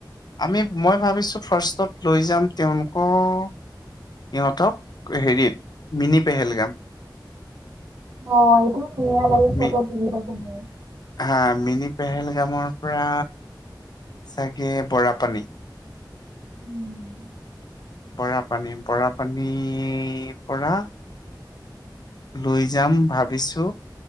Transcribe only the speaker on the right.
অ এইটো ধুনীয়া লাগে, ফটোত
ধুনীয়া <unintelligible>
উম